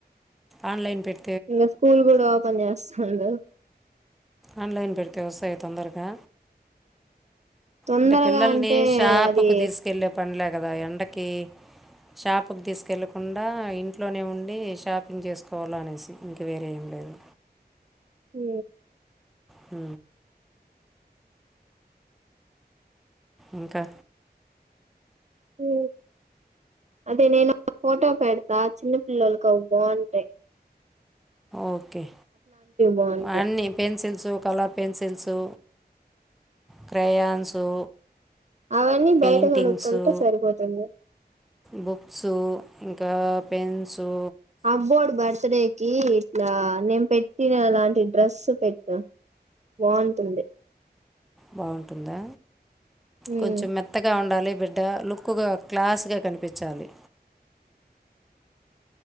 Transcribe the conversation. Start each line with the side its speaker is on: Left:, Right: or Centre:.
Centre: ఆన్లైన్ పెట్
Right: ఇంగా స్కూల్ కూడా ఓపెన్ చేస్తుండు
Centre: ఆన్లైన్ పెడితే వస్తాయి తొందరగా
Right: తొందరగా
Centre: అంటే పిల్లల్ని
Right: అంటే
Centre: షాపుకు
Right: అది
Centre: తీసుకెళ్ళే పనిలే కదా ఎండకి షాపుకి తీసుకెళ్ళకుండా ఇంట్లోనే ఉండి షాపింగ్ చేసుకోవాల అనేసి ఇంక వేరే ఏం లేదు.
Right: మ్
Centre: హ ఇంకా
Right: ఉ అదే నేను ఫోటో పెడతా చిన్న పిల్లోలకు అవి బావుంటాయి.
Centre: ఓకే
Right: బాగుంటాయి
Centre: అన్ని పెన్సిల్సు, కలర్ పెన్సిల్సు క్రయాన్సు
Right: అవన్నీ
Centre: పెయింటింగ్సు,
Right: బయట కొనుక్కుంటే సరిపోతుంది
Centre: బుక్స్ ఇం కా పెన్సు
Right: అబ్బోడు బర్త్ డేకి ఇట్లా నేను పెట్టినా అలాంటి డ్రస్ పెట్టిన బావుంటుంది.
Centre: బావుంటుందా
Right: ఉమ్
Centre: కొంచెం మెత్తగా ఉండాలి. బిడ్డా లుక్గ క్లాస్గా కనిపిచ్చాలి.